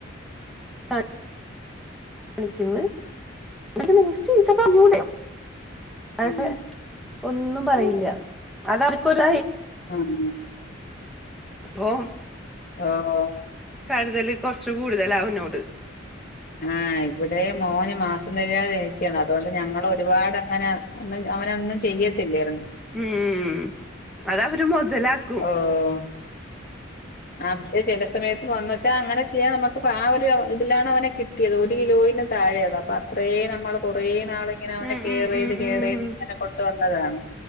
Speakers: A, in the centre; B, on the left (about 45°).
A: കാണിക്കുന്നു എന്ന നിങ്ങക്ക് ചീത്ത പറഞ്ഞൂട അടെ
B: ഉം
A: ഒന്നും പറയില്ല അതർക്കൊരു
B: ആഹ
A: ഇപ്പോ
B: ആഹ
A: കരുതല് കുറച്ച് കൂടുതല അവനോട്
B: ആഹ് ഇവിടെ മോന് മാസം തകാതെ ജനിച്ചാണ് അതുകൊണ്ട് ഞങ്ങൾ ഒരുപാട് അങ്ങനെ ഒന്നും അവനൊന്നും ചെയ്യത്തില്ലായിരുന്നു
A: ഉം അത അവര് മുതലാക്കും
B: ഓഹ് ആ പക്ഷെ ചില സമയത്ത് വന്ന വച്ചാൽ അങ്ങനെ ചെയ്യാൻ നമുക്ക്ിപ്പ ആ ഒരു ഇതിലാണ് അവനെ കിട്ടിയത് ഒരു കിലോയിലും താഴെയാണ്പ്പ അപ്പ അത്രേ നമ്മള് കൊറേ നാളിങ്ങനെ അവനെ
A: ഉം
B: കെയർ
A: ഉം
B: ചെയ്ത് കർ
A: ഉം
B: ചെയത്
A: ഉം
B: ഇങ്ങനെ കൊണ്ട വന്നതാണ്.